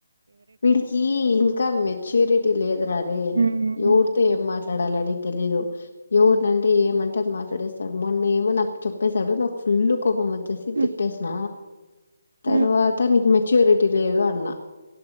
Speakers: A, on the left; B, on the right.
A: వీడికి ఇంకా మెచ్యూరిటీ లేదురా రే
B: హ్మ్.
A: ఎవరితో ఏం మాట్ల మాట్లాడాలని తెలీదు ఎవరినంటే ఏమంటే అది మాట్లాడేస్తాడు మొన్న ఏమో నాకు చెప్పేసాడు నాకు ఫుల్లు కోపం వ వచ్చేసి
B: హ్మ్.
A: తిట్టేసిన
B: హ్మ్.
A: తర్వాత నీకు మెచ్యూరిటీ లేదు అన్న